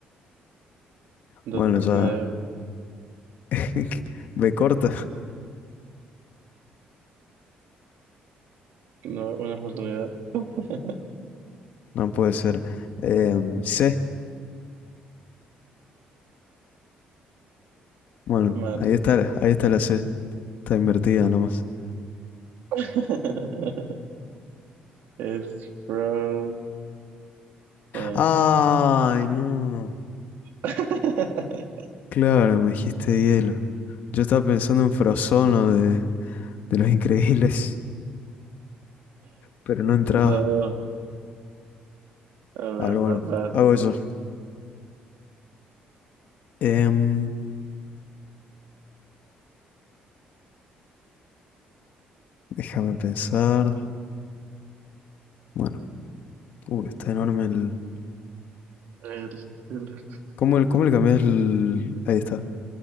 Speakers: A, on the right (about 80°); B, on the left (about 70°).
A: Dos
B: Bueno,
A: oportunidades.
B: ya. <laughs> B corta,
A: No, una oportunidad. <laughs>
B: no puede ser. Em, C, bueno,
A: Mal.
B: ahí está, la- ahí está la C. Está invertida nomás.
A: <laughs> Es from Sam.
B: Ay, no.
A: <laughs>
B: Claro, me dijiste hielo. Yo estaba pensando en Frozono de, de Los Increíbles, pero no entraba.
A: No, a ver,
B: A ver, bueno,
A: da- va.
B: hago eso. Em, déjame pensar. Bueno, uh, está enorme el.
A: El, el-
B: ¿Cómo, le- cómo le cambias el...? Ahí está,